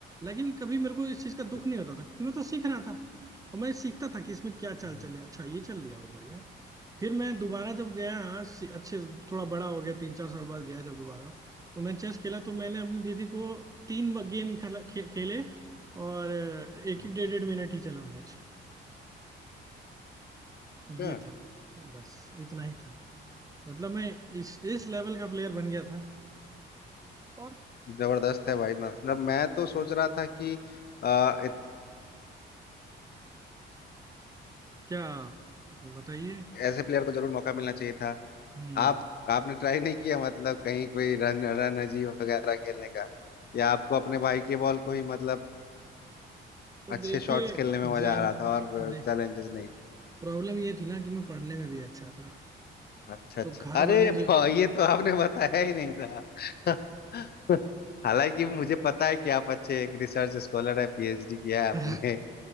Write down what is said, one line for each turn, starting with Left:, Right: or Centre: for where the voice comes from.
Right: लेकिन कभी मेरे को इस चीज का दुख
Left: अच्छा।
Right: नहीं होता था क्योंकि मैं तो सीख रहा था और मैं सीखता था कि इसमें क्या चाल
Left: हम्म,
Right: चले अच्छा ये चल दिया वो बढ़िया फिर मैं दोबारा जब गया सी- अच्छे थोड़ा बड़ा हो गया तीन चार साल बाद गया जब दोबारा तो मैं चेस खेला तो मैंने अपनी दीदी को तीन गेम खेला खे, खेले और एक
Left: हम्म।
Right: एक डेढ़ डेढ़ मिनट ही चला मैच
Left: क्या?
Right: ये था बस इतना ही था मतलब मैं इस इस लेवल का प्लेयर बन गया था और
Left: जबरदस्त है भाई मतलब मैं तो सोच रहा था कि आ, इत-
Right: क्या बताइए
Left: ऐसे प्लेयर को जरूर मौका मिलना चाहिए था
Right: हम्म
Left: आप आपने ट्राई नहीं किया मतलब कहीं कोई रन रन अजीब वगैरह खेलने का या आपको अपने भाई के बॉल को ही मतलब अच्छे
Right: देखिए
Left: शॉट्स खेलने में मजा
Right: जान
Left: आ रहा था और
Right: नहीं
Left: चैलेंजेस नहीं?
Right: प्रॉब्लम ये थी ना कि मैं पढ़ने में भी अच्छा था
Left: अच्छा अच्छा
Right: तो घर
Left: अरे
Right: वाले जो
Left: वाह, ये तो आपने बताया ही नहीं था <laughs> हालांकि मुझे पता है कि आप अच्छे एक रिसर्च स्कॉलर हैं पीएचडी किया है
Right: <laughs> तो,
Left: आपने